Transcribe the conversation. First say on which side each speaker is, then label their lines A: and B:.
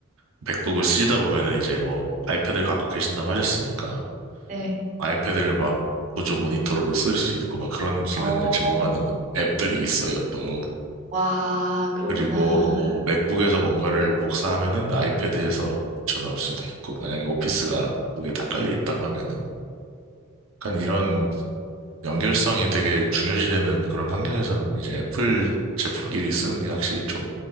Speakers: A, on the right; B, on the right.
A: 맥북을 쓰시다 보면은 이제 뭐 아이패드를 갖고 계신다고 하셨으니까
B: 네.
A: 아이패드를 막 보조 모니터로도 쓸 수 있고 막 그런 기능을
B: 어,
A: 제공하는 앱들이 있어요 또
B: 와, 그렇구나.
A: 그리고 뭐 맥북에서 뭔가를 복사하면은 아이패드에서 전화올 수도 있고 만약에 오피스가 두 개 다 깔려 있다고 하면은 약간 이런
B: 어,
A: 연결성이 되게 중요시되는 그런 환경에서는 이제 애플 제품끼리 쓰는 게 확실히 좀